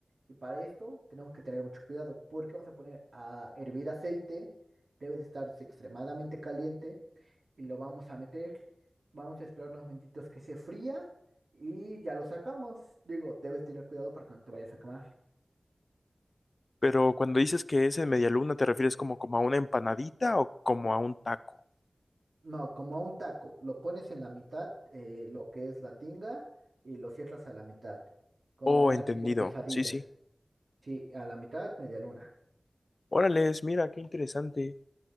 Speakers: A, on the right; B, on the left.
A: Y para esto tenemos que tener mucho cuidado porque vamos a poner a hervir aceite, debe de estar extremadamente caliente y lo vamos a meter. Vamos a esperar unos minutitos que se fría y ya lo sacamos. Digo, debes tener cuidado para que no te vayas a quemar.
B: Pero cuando dices que es en media luna ¿te refieres como, como a una empanadita o como a un taco?
A: No, como a un taco, lo pones en la mitad, eh, lo que es la tinga, y lo cierras a la mitad, como
B: Oh,
A: una
B: entendido.
A: tipo Ok. quesadilla.
B: Sí, sí.
A: Sí, a la mitad, media luna.
B: Órales, mira, qué interesante.